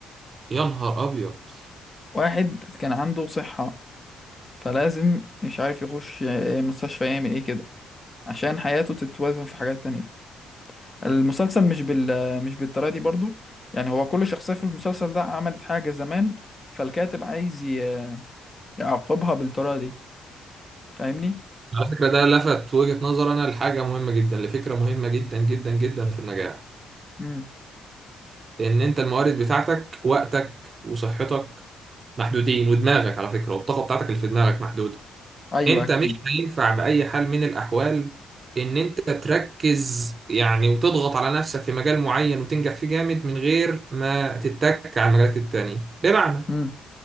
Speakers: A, on the right (about 40°); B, on the left (about 25°).
A: يا نهار ابيض
B: واحد كان عنده صحة فلازم مش عارف يخش آه، مستشفى يعمل ايه كده عشان حياته تتوازن في حاجات تانية المسلسل مش بال مش بالطريقة دي برضو يعني هو كل شخصية في المسلسل ده عملت حاجة زمان فالكاتب عايز ي- يعاقبها بالطريقة دي فاهمني؟
A: على فكره ده لفت وجهه نظر انا لحاجه مهمه جدا لفكره مهمه جدا جدا جدا في النجاح
B: امم
A: ان انت الموارد بتاعتك وقتك وصحتك محدودين ودماغك على فكره والطاقه بتاعتك اللي في دماغك محدوده
B: ايوه
A: انت
B: اكيد
A: مش هينفع باي حال من الاحوال ان انت تركز يعني وتضغط على نفسك في مجال معين وتنجح فيه جامد من غير ما تتك على المجالات التانية بمعنى
B: امم